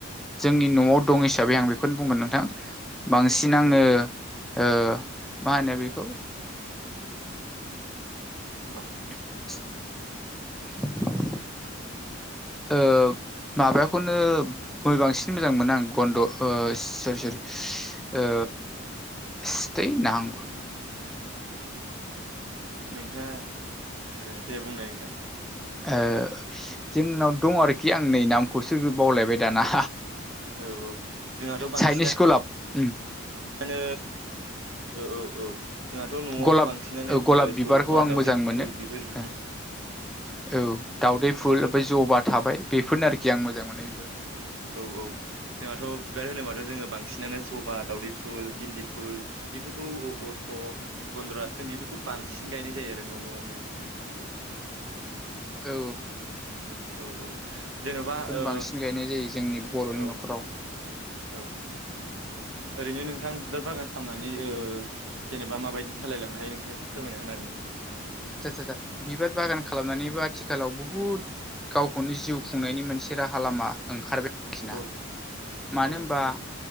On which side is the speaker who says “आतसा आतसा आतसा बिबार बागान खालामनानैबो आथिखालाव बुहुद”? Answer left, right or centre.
Centre